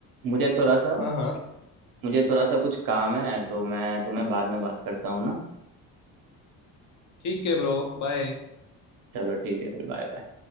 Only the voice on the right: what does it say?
मुझे थोड़ा सा
मुझे थोड़ा सा कुछ काम है तो मैं तुम्हें बाद में बात करता हूँ ना
चलो ठीक है फिर बाय बाय